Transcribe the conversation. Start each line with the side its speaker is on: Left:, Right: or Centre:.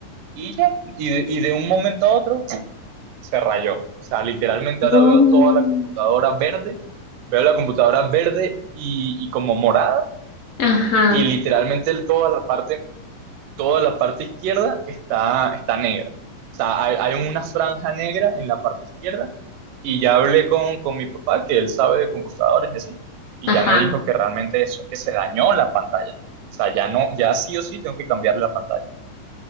Right: y ya, y de, y de un momento a otro se rayó. O sea, literalmente
Left: No
Right: ahora veo
Left: manches.
Right: toda la computadora verde, veo la computadora verde y, y como morada,
Left: Ajá,
Right: y literalmente el- toda la parte, toda la parte izquierda está, está negra. O sea, hay, hay una franja negra en la parte izquierda, y ya hablé con, con mi papá, que él sabe de computadores y así, y
Left: ajá.
Right: ya me dijo que realmente eso es que se dañó la pantalla. O sea, ya no, ya sí o sí tengo que cambiar la pantalla.